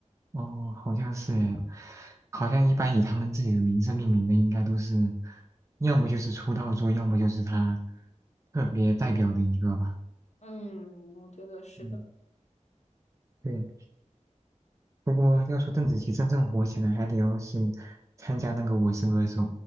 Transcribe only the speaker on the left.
嗯，我觉得是的，
对